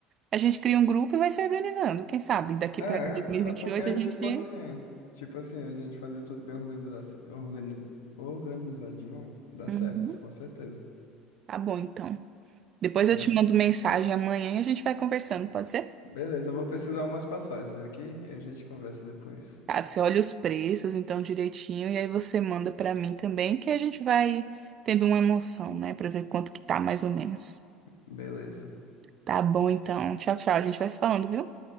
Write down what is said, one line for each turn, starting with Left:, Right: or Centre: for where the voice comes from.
Right: A gente cria um grupo e vai se organizando. Quem sabe daqui
Left: É,
Right: para 2028
Left: é porque é
Right: a gente.
Left: tipo assim. Tipo assim, a gente fazer tudo bem organiza- organi- organizadinho, dá
Right: Uhum.
Left: certo, com certeza.
Right: Tá bom, então. Depois
Left: Tá?
Right: eu te mando mensagem amanhã e a gente vai conversando, pode ser?
Left: Beleza, eu vou pesquisar umas passagens aqui e a gente conversa depois.
Right: Tá, você olha os preços então direitinho e aí você manda pra mim também, que a gente vai tendo uma noção, né, Pra ver quanto que tá mais ou menos.
Left: Beleza.
Right: Tá bom então. Tchau, tchau. A gente vai se falando, viu?